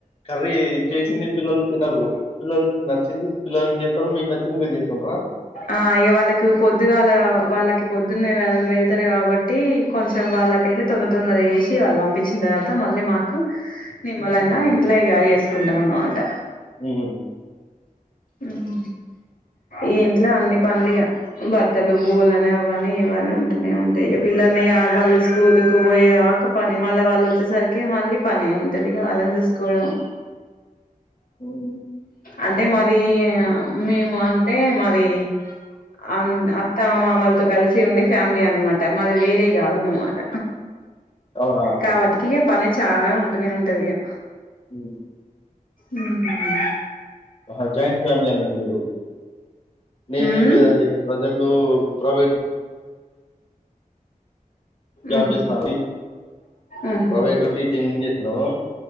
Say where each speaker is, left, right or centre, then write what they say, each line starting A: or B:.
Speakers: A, on the left; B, on the left.
A: కర్రీ చేసింది పిల్లలు తినరు పిల్లలు నచ్చింది పిల్లలకి చేస్తారు మీకు నచ్చింది మిర్చెతుర్ర
B: ఆ అయ వాళ్ళకి పొద్దుగా అల వాళ్ళకి పొద్దున్న వెళ్తారు కాబట్టి కొంచెం వ వాళ్ళకయితే తొందర తొందర వేసి వాళ్ళు పంపించిన తర్వాత మళ్ళీ మాకు నిమ్మలంగా
A: ఉమ్,
B: ఇంట్ల ఇగ చేసుకుంటాం అన్నమాట
A: ఉమ్
B: ఉమ్ ఈ ఇంట్ల అన్ని పనులు బట్టలు బూలని అవని ఇవని ఉంటూనే ఉంటాయిగ పిల్లలు ఇగ వాళ్ళు స్కూల్కు పోయక పని మళ్ళీ వాళ్ళు వచ్చేసరికి మళ్ళీ పని ఉంటదిగా వాలని చూస్ కోడం
A: ఉమ్మ్
B: అంటే మాది మేము అంటే మాది అ అత్త అమ్మామలతో కలిసి ఉండే ఫ్యామిలీ అన్నమాట మాది వేరే కాదన్నన్నమాట
A: అవునా
B: కాబట్టికి ఇక పని చాలా ఉంటనే ఉంటది ఇక
A: ఉ
B: ఉమ్మ్
A: అజాయింట్ ఫ్యామిలీ అన్నట్టు గురు నేనేం
B: ఉమ్
A: లేదండి ప్రజెంట్ ప్రైవేట్ జాబ్
B: ఉహు
A: చేస్తాను
B: ఉహు
A: ప్రవేట్ టీచింగ్ చేస్తాము